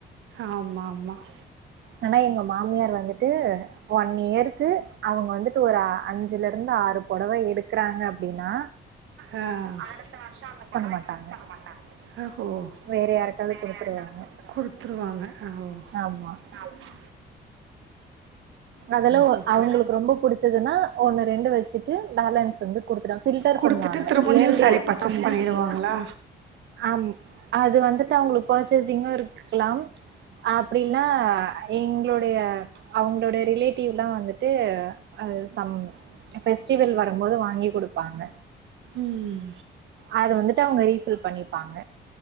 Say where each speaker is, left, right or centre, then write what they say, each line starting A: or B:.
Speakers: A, on the right (about 80°); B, on the right (about 65°).
A: ஆமாம் ஆமாம்
B: ஆனா எங்க மாமியார் வந்துட்டு ஒன் இயருக்கு அவுங்க வந்துட்டு ஒரு அஞ்சுலிருந்து ஆறு பொடவ எடுக்கறாங்க அப்டினா
A: ஆ அடுத்த வருஷோ அந்த பொடவ
B: மாட்டாங்க
A: யூஸ் பண்ண மாட்டாங்க அஹோ
B: வேற யாருக்காவது
A: வேற
B: கொடுத்துருவாங்க
A: யாருக்காது குடுத்துருவாங்க குடுத்துருவாங்க அ ஓ
B: ஆமா
A: ஆமா
B: அதெல்லா ஓ
A: சூப்பர்
B: அவுங்களுக்கு ரொம்ப புடுச்சதுன்னா ஒண்ணு ரெண்டு வச்சுட்டு பேலன்ஸ் து வந்து குடுத்துவாங்க ஃபில்டர்
A: கொடுத்துட்டு
B: பண்ணுவாங்க
A: திரும்ப
B: இயர்லி
A: நியூ பர்ச்சேஸ்
B: ஆமா
A: பண்ணிடுவாங்களா
B: ஆம் அது வந்துட்டு அவங்களுக் ஃபச்சேசிங்கு இருக்லாம் அப்டி இல்ன்னா எங்ளுடைய அவுங் லோட ரிலேட்டிவ்லா வந்துட்டு அ சம் ஃபெஸ்டிவல் வரும்போது வாங்கி குடுப்பாங்க
A: ம்
B: அத வந்துட்டு அவுங்க ரீஃபில் பண்ணிப்பாங்க